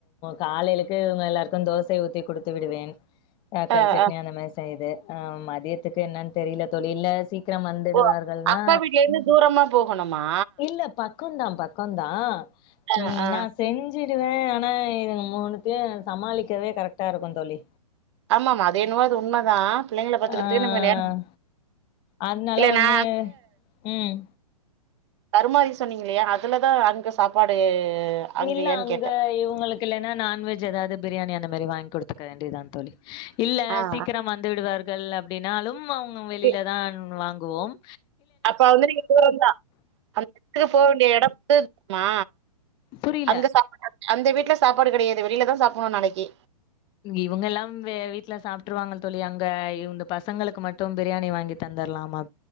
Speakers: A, on the left; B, on the right.
A: காலையிலுளுக்கு இவங்க எல்லாரும்கும் தோசை ஊத்தி கொடுத்து விடுவேன் ஆஹ் கல்ச்சட்னி
B: ஆ ஆ
A: அந்த மாரி செய்து ஆஹ் மதியத்துக்கு என்ன தெரியல தோழி இல்ல சிக்கிரம் வந்துடுவார்கள்
B: ஓ
A: நா
B: அக்கா வீட்ல இருந்து தூரமா போகணுமா
A: இல்ல பக்கம்தா பக்கம் பக்கம்தா
B: ஆ
A: உம்
B: ஆ
A: நா செஞ்சு வேன் ஆனா இது மூணுத்தையும் சமாளிக்கவே கரெக்ட்டா இருக்கும் தோழி
B: ஆமா ஆமா அதது என்னவா அது உண்மதா பிள்ளைங்கள பாத்துக்கிறதுக்கே
A: அஹ்
B: நமக்கு நேரோ
A: அதனால
B: இல்ல
A: ஒண்ணு
B: நா
A: உம்
B: தருமாரி சொன்னீங்க இல்லையா அதுலதா அங்க சாப்பாடு அங்கயான்னு
A: இல்ல அங்க
B: கேட்டே
A: இவங்களுக்கு இல்லைன்னா நான்வெஜ் ஏதாவது பிரியாணி அந்த மாரி வாங்கி கொடுக்க வேண்டியது தா தோழி இல்ல
B: ஆ
A: சீக்கிரம்
B: ஆ.
A: வந்து விடுவாரு கள் அப்படின்னாலும் அவங்க வெளியில
B: சரி.
A: தான் வாங் கோவோம்
B: அப்ப வந்து நீங்க தூரம் தா அந்த இடத்துக்கு போக வேண்டிய இடத்து மா
A: புரியல.
B: அங்க சாப்ப அந்த வீட்டு்ல சாப்பாடு கெடையாது வெளில தா சாப்படணு நாளைக்கு
A: இவங்கல்லா வெ வீட்டுல சாப்பிட்டுருவாங்க தோழி அங்க இவங்க பசங்களுக்கு மட்டு பிரியாணி வாங்கி தந்துரலாமா